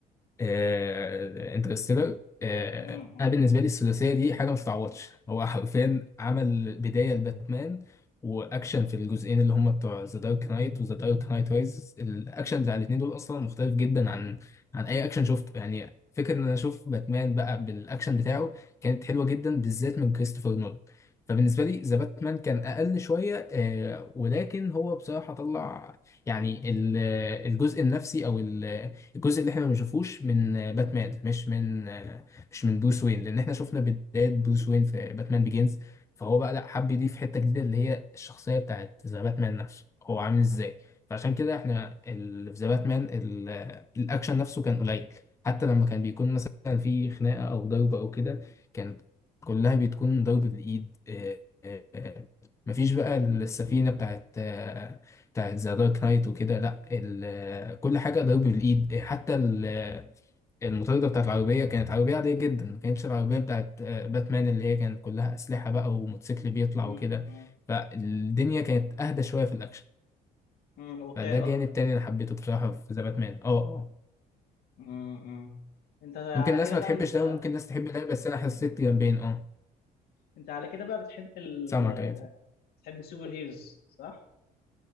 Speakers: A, on the left; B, on the left.
A: آه، انترستيلر آه،
B: مم،
A: انا بالنسبه لي الثلاثيه دي حاجه ما تتعوضش هو حرفيا عمل بدايه لباتمان واكشن في الجزئين اللي هم بتوع ذا دارك نايت وذا دارك نايت رايز الاكشن بتاع الاثنين دول اصلا مختلف جدا عن عن اي اكشن شفته يعني فكره ان انا اشوف باتمان بقى بالاكشن بتاعه كانت حلوه جدا بالذات من كريستوفر نولان فبالنسبه لي ذا باتمان كان اقل شويه آه، ولكن هو بصراحه طلع يعني ال- الجزء النفسي او ال الجزء اللي احنا ما بنشوفوش من آه، باتمان مش من آه، مش من بروس وين لان احنا شفنا بداية بروس وين في باتمان بيجينز فهو بقى لا حب يضيف حتة جديدة اللي هي الشخصية بتاعت ذا باتمان نفسه هو عامل ازاي فعشان كده احنا ال- في ذا باتمان ال- آه، الاكشن نفسه كان قليل حتى لما كان بيكون مثلا في خناقة او ضرب او كده كانت كلها بتكون ضرب بالايد آه، آه، آه. مفيش بقى السفينة بتاعت آه، بتاعت ذا دارك نايت وكده لا ال- كل حاجه ضرب بالايد حتى ال- المطارده بتاعت العربيه كانت عربيه عاديه جدا ما كانتش العربيه بتاعت آه، باتمان اللي هي كانت كلها اسلحه بقى وموتوسيكل بيطلع
B: مم،
A: وكده
B: مم،
A: فالدنيا كانت اهدى شويه في الاكشن
B: مم، واقعي
A: فده جانب
B: اكتر
A: تاني انا حبيته بصراحه في ذا باتمان اه اه
B: مم، مم. انت على
A: ممكن الناس
B: كده
A: ما
B: بقى
A: تحبش
B: انت
A: ده وممكن الناس تحب ده بس انا حسيت جنبين اه
B: انت على كده بقى بتحب ال...
A: سامعك ايوه
B: بتحب السوبر هيروز صح